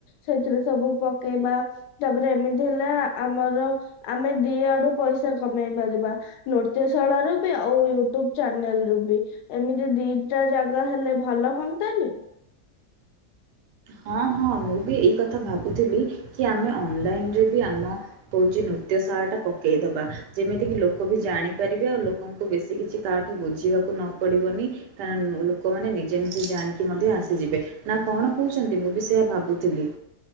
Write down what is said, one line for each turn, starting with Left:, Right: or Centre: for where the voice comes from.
Left: ସେଥିରେ ସବୁ ପକେଇବା। ତାପରେ ଏମିତି ହେଲେ ଆମର ଆମେ ଦି ଆଡୁ ପଇସା କମେଇ ପାରିବା। ନୃତ୍ୟଶାଳ ରୁ ବି ଆଉ ୟୁଟ୍ୟୁବ ଚ୍ୟାନେଲ ରୁ ବି। ଏମିତି ଦିଟା ଜାଗା ହେଲେ ଭଲ ହୁଅନ୍ତାନୀ।
Right: ହଁ ହଁ ମୁଁ ବି ଏଇ କଥା ଭାବୁଥିଲି କି ଆମେ ଅନଲାଇନରେ ବି ଆମ କହୁଛିି ନୃତ୍ୟ ସାଳା ଟା ପକେଇ ଦବା ଯେମିତି କିି ଲୋକ ବି ଜାଣିପାରିବେ ଆଉ ଲୋକଙ୍କୁ ବେଶୀ କିଛି କାହାଠୁ ବୁଝିବାକୁ ନ ପଡିବନି। କାରଣ ଲୋକମାନେ ନିଜେ ନିଜେ ଜାଣିକି ମଧ୍ୟ ଆସିଯିବେ ନା କଣ କହୁଛନ୍ତି ମୁଁ ବି ସେଇଆ ଭାବୁଥିଲି।